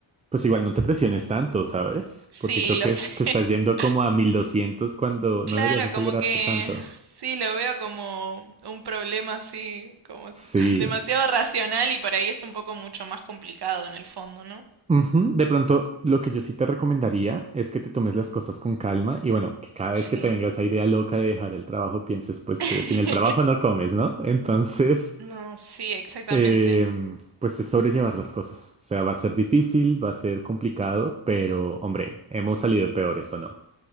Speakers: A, on the right; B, on the right.
A: Pues igual no te presiones tanto, ¿sabes?
B: Sí,
A: Porque creo
B: lo
A: que,
B: sé.
A: es-
B: <laughs>
A: que estás yendo como a 1200 cuando
B: Claro,
A: no deberías acelerarte
B: como que
A: tanto.
B: sí, lo veo como un problema así, como es
A: Sí.
B: <laughs> demasiado racional y por ahí es un poco mucho más complicado en el fondo, ¿no?
A: Ujú. De pronto, lo que yo sí te recomendaría es que te tomes las cosas con calma y bueno, que cada
B: Sí.
A: vez que te venga esa idea loca de dejar el trabajo, pienses pues
B: <laughs>
A: que sin el trabajo no comes, ¿no? <laughs> Entonces,
B: No, sí, exactamente.
A: em, pues es sobrellevar las cosas. O sea, va a ser difícil, va a ser complicado, pero hombre, hemos salido peores, ¿o no?